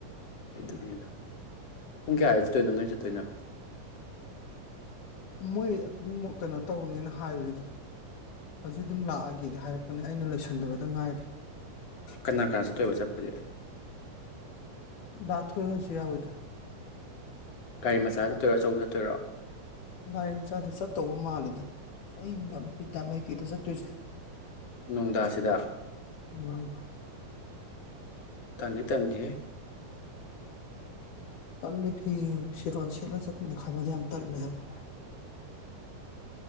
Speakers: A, on the left; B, on the left.
A: ꯑꯗꯨꯒꯤꯅꯤꯗ ꯄꯨꯡ ꯀꯌꯥꯗ ꯆꯠꯇꯣꯏꯅꯣ ꯅꯣꯏ ꯆꯠꯇꯣꯏꯅ
B: ꯃꯣꯏ ꯑꯗꯨꯝ ꯀꯩꯅꯣ ꯇꯧꯅꯦꯅ ꯍꯥꯏꯕꯅꯤꯗ ꯍꯧꯖꯤꯛ ꯑꯗꯨꯝ ꯂꯥꯛꯑꯒꯦꯗꯤ ꯍꯥꯏꯔꯛꯄꯅꯦ ꯑꯩꯅ ꯂꯣꯏꯁꯟꯗꯕꯗ ꯉꯥꯏꯔꯦ
A: ꯀꯅꯥ ꯀꯅꯥ ꯆꯠꯇꯣꯏꯕ ꯆꯠꯄꯗꯤ
B: ꯗ ꯊꯣꯏ ꯍꯣꯏꯁꯨ ꯌꯥꯎ ꯏꯗ
A: ꯒꯥꯔꯤ ꯃꯆꯥ ꯆꯠꯇꯣꯏꯔꯣ ꯑꯆꯧꯕ ꯆꯠꯇꯣꯏꯔꯣ
B: ꯒꯥꯔꯤꯃꯟꯆꯥꯗ ꯆꯠꯇꯧꯕ ꯃꯥꯜꯂꯤꯗ ꯑꯩ ꯌꯥꯝ ꯕꯤꯠ ꯌꯥꯝ ꯂꯩꯇꯦꯗꯥ ꯆꯠ ꯇꯨꯏꯁꯦ
A: ꯅꯨꯡꯗꯥꯁꯤꯗ
B: ꯎꯝ
A: ꯇꯟꯗꯤ ꯇꯟꯗꯦꯍꯦ
B: ꯇꯝꯂꯦ ꯐꯤ ꯐꯤꯔꯣꯟ ꯁꯦꯂ ꯆꯠꯃꯤꯅꯦ ꯈꯟꯕꯗꯥ ꯌꯥꯝ ꯇꯜꯂꯦ ꯍꯥꯏꯕ